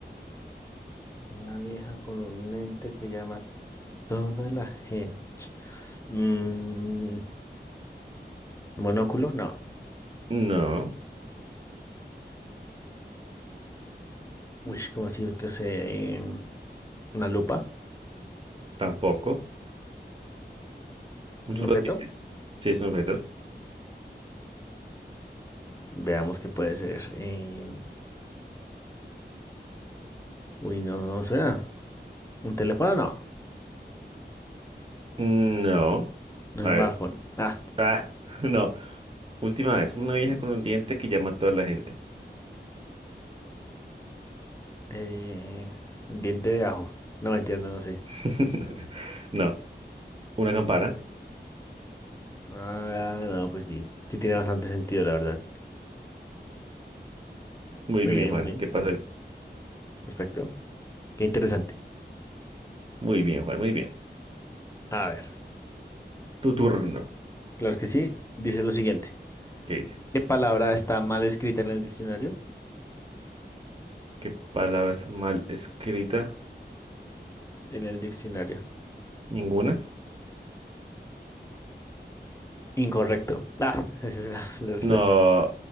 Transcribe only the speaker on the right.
No,
tampoco. Un
solo
diente. Sí, es un objeto.
No.
A
ver.
Ah, <laughs> no. Última vez, una vieja con un diente que llama a toda la gente.
<laughs> No, una campana.
Muy
bien,
Juan.
¿Qué pasa?
Muy bien, Juan, muy bien.
Tu turno.
¿Qué dice?
¿Qué palabras mal escrita?
¿Ninguna?
No.